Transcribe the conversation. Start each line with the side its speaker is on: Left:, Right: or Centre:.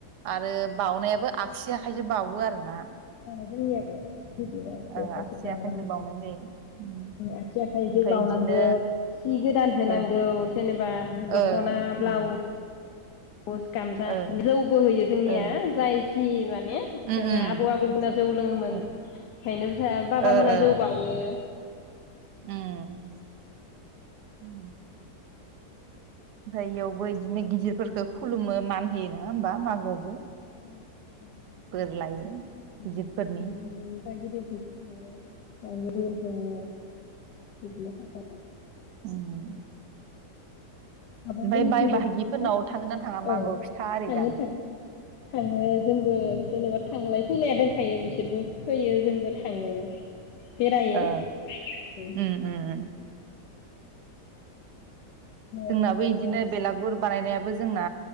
Right: आरो बाउनायाबो आगसि आखाइजो बावो आरोना?
Left: अ जोंनियाबो बिदिया आगसि
Right: ओ
Left: आखाइजों बावनांगो
Right: बावनाय जायो उम
Left: आगसि आखाइजों
Right: ओमफ्राय
Left: बावनांगोन
Right: इदिनो
Left: सि गोदान होनांगौ
Right: ओ
Left: जेनेबा
Right: ओ
Left: दख'ना ब्लाउस
Right: उम
Left: <unintelligible> इनिफ्राय
Right: ओ
Left: जौबो होयो जोंनिया
Right: ओ
Left: जाय जि माने जोंहा
Right: उम
Left: आबौ आबैमोना जौ लोङोमोन,
Right: उम
Left: ओंखायनो जाहा बाबामोनहा
Right: ओ ओ
Left: जौ बावो।
Right: उम । उम। ओमफाय इयावबो इदिनो गिदिरफोरखौ खुलुमो मान होयो नोङा होमबा मागोआवबो।
Left: <unintelligible> <unintelligible>
Right: बोर लायो गिदिरफोरनि
Left: बिदिनो थाखायो।
Right: उम
Left: आबमोननिथिंबो
Right: ओमफ्राय बाय बाहागिफोरनाव
Left: बिदिनोबा
Right: थाङो ना थाङा मागोआव
Left: औ
Right: फिथा आरि
Left: थाङो
Right: जानो
Left: थाङो थाङो जोंबो जेनेबा थांलाय। फैलाया दोनखायो बिसोरबो फैयो जोंबो थाङो। बेरायो
Right: ओ
Left: औ।
Right: उम उम दोंनाबो
Left: खालायो
Right: इदिनो बेलागुर बानायनायाबो जोंना